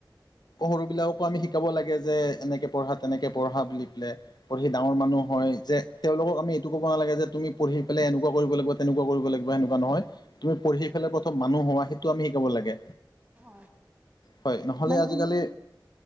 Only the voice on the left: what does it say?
সৰুবিলাককো আমি শিকাব লাগে যে এনেকে পঢ়া তেনেকে পঢ়া বুলি পেলাই। পঢ়ি ডাঙৰ মানুহ হয় যে তেওঁলোকক আমি এইটো ক'ব নালাগে যে তুমি পঢ়ি পেলাই এনেকুৱা কৰিব লাগিব তেনেকুৱা কৰিব লাগিব। সেনেকুৱা নহয়। তুমি পঢ়ি পেলাই প্ৰথম মানুহ হোৱা সেইটো আমি শিকাব লাগে।
হয়। নহলে
আজিকালি